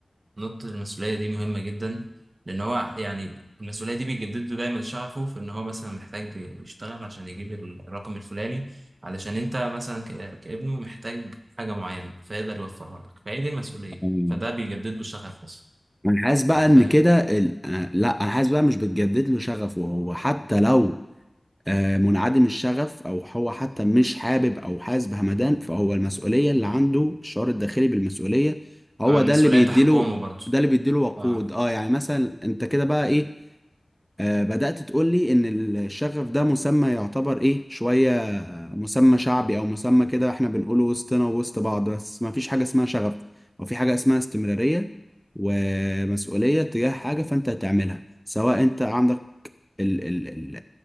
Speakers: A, on the right; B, in the centre.
A: نقطة المسؤولية دي مهمة جدا لأن هو يعني المسؤولية دي بيجدد له دايما شغفه في إن هو مثلا محتاج يشتغل عشان يجيب الرقم الفلاني علشان أنت مثلا ك- كابنه محتاج حاجة معينة فيقدر يوفرها لك فهي دي المسؤولية
B: فعلا
A: فده بيجدد له شغف أصلا
B: انا حاسس بقى
A: أنت
B: ان
A: فاهم؟
B: كده ال... آه، لا انا حاسس بقى مش بتجدد له شغفه هو حتى لو آه، منعدم الشغف او هو حتى مش حابب او حاسس بهمدان فهو المسؤوليه اللي عنده الشعور الداخلي بالمسؤوليه هو
A: آه، المسؤولية
B: ده اللي بيديله
A: تحكمه برضه
B: ده اللي بيديله وقود
A: أه
B: اه يعني مثلا انت كده بقى ايه آه بدأت تقول لي ان الشغف ده مسمى يعتبر ايه شويه مسمى شعبي او مسمى كده احنا بنقوله وسطنا ووسط بعض بس ما فيش حاجه اسمها شغف او في حاجه اسمها استمراريه ومسؤوليه تجاه حاجه فانت هتعملها سواء انت عندك ال ال ال